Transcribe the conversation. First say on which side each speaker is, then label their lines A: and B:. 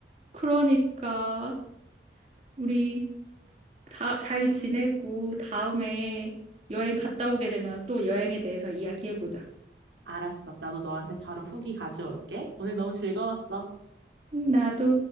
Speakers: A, on the right; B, on the right.
A: 그러니까 우리 다 잘 지내고 다음에 여행 갔다 오게 되면 또 여행에 대해서 이야기해보자.
B: 알았어. 나도 너한테 바로 후기 가져올게. 오늘 너무 즐거웠어.
A: 나도.